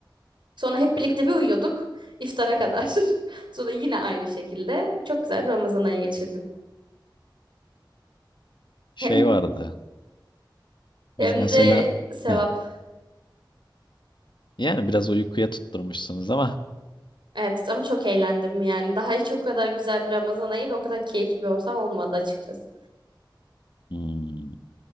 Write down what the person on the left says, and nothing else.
Şey
vardı.
Biz mesela
heh, yani biraz uykuya tutturmuşsunuz ama
hmm,